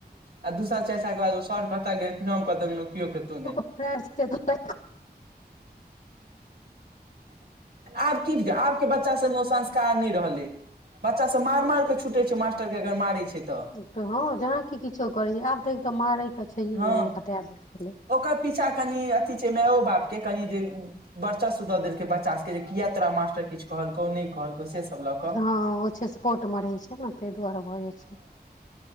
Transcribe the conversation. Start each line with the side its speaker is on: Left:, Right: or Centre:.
Right: आ दू साल चारि साल के बाद ओ सर कतऽ गेल फि कतहु गेलहुँ केओ कतहु नहि
Left: <inaudible>
Right: आब की आबके बच्चा सभमे ओ संस्कार नहि रहलै बच्चासभ मार मारि कऽ छुटैत छै मास्टरके अगर मारै छै तऽ
Left: तऽ हँ जहाँ की किछो करै छै आब तऽ एक तऽ मारय के छैये
Right: हँ
Left: ने ओ तटा देल गेलै
Right: ओकर पीछा कनि अथी छै मो बाप के कनि जे वर्चासु दऽ देलकै बच्चा सभके जे किया तोरा मास्टर किछु कहलकौ नहि कहलकौ से सब लऽ कऽ
Left: हँ ओ छै सपोटमे रहै छै ने ताहि दुआरे भऽ जाइ छै ह